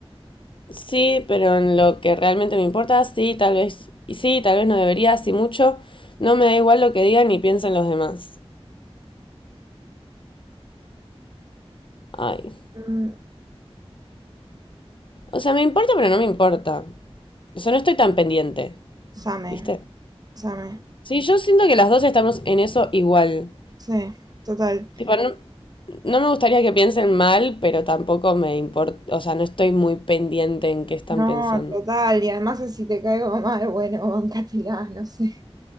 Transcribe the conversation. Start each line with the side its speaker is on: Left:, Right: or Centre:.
Left: Sí, pero en lo que realmente me importa, sí, tal vez, y sí, tal vez no debería, sí mucho. No me da igual lo que digan ni piensen los demás. Ay.
Right: Mm,
Left: O sea, me importa, pero no me importa. O sea, no estoy tan pendiente,
Right: Same,
Left: ¿viste?
Right: same,
Left: Sí, yo siento que las dos estamos en eso igual.
Right: sí, total.
Left: Tipo, no, no me gustaría que piensen mal, pero tampoco me importa. O sea, no estoy muy pendiente en qué están
Right: No,
Left: pensando.
Right: total, y además si te caigo <laughs> mal, bueno, bancátela, no sé.